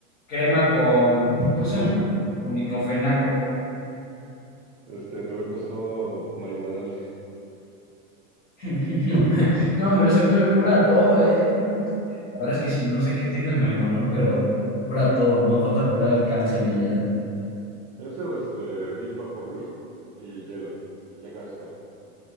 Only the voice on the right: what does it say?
Este, te voy puesto marihuanol.
Ese o este, Big Vaporub y hielo. Y ya con eso acabas.